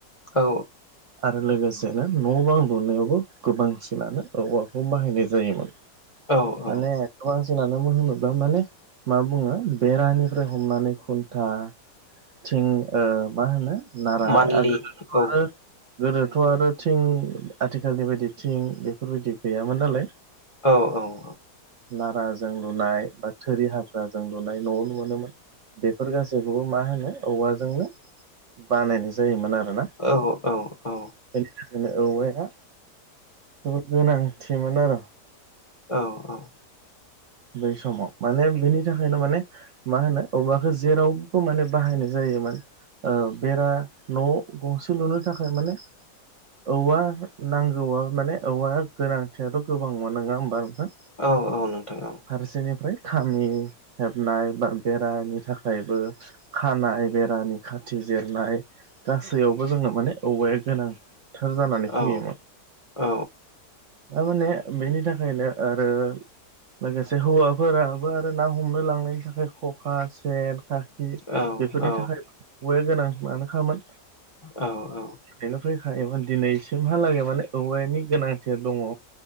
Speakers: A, on the left; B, on the right.
A: औ
B: आरो लोगोसेनो न' बां लुनायावबो गोबांसिनानो औवाखौ बाहायनाय जायोमोन
A: औ
B: माने
A: औ
B: गोबां <unintelligible> माने मा बुङो बेरानिफ्राय हमनानै खुन्था थिं मा होनो नारा
A: मान्थलि
B: आगोलनाथ
A: औ
B: आरो गोदोथ' आरो थिं आथिखालनि बायदि थिं बेफोरबायदि गैयामोन नालाय
A: औ औ
B: नारााजों लुनाय बा थोरि हाग्राजों लुनाय न'आवनो मोनोमोन बेफोर गासैखौबो मा होनो औवाजोंनो बानायनाय जायोमोन आरोना
A: औ औ औ
B: बेनि थाखायनो औवा या जोबोद गोनांथिमोन आरो
A: औ औ
B: बै समाव माने बिनि थाखायनो माने मा होनो औवाखौ जेरावबो माने बाहायनाय जायोमोन ओ बेरा न' गंसे लुनो थाखाय माने औवा नांगौआ माने औवा गोनांथियाथ' गोबां न नङा होमबा नोंथा
A: औ औ नोंथां औ
B: फारसेनिफ्राय खामि हेबनाय बा बेरानि थाखायबो खानाय बेरानि खाथि जिरनाय गासैयावबो जोंनो माने औवाया गोनां थार जानानै
A: औ
B: फैयोमोन
A: औ
B: थारमाने बेनि थाखायनो आरो लोगोसे हौवाफोराबो आरो ना हमनो लांनायनि थाखाय खखा सेना खा खि
A: औ
B: बेफोरनि
A: औ
B: थाखाय बो गोनां मानो खामोन
A: औ औ
B: बेनो फैखायोमोन दिनैसिमहालागै माने औवानि गोनांथिया दङ